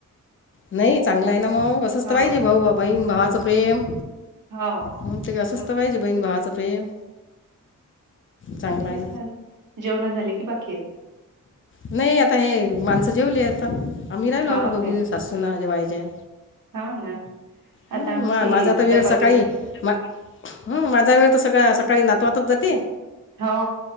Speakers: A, on the left; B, on the right.
A: नाही चांगलं आहे ना मग असंचत
B: हा
A: पाहिजे भाऊ बहीण भावाचं प्रेम
B: हो
A: हं, ते असंच तर पाहिजे बहीण भावाचं प्रेम चांगलं
B: तेच
A: आहे
B: ना जेवण झाली बाकी आहेत
A: नाही आता हे माणसं जेवली आता आम्ही राहिलो
B: हा
A: दोघी
B: काय
A: सासूना जेवायच्या
B: हो ना
A: हम्
B: आता आमची
A: माझा तर वेळ
B: डब्बा
A: सकाळी
B: गेले
A: हम माझा वेळ तर सकाळ सकाळी नातवातच जाते
B: हो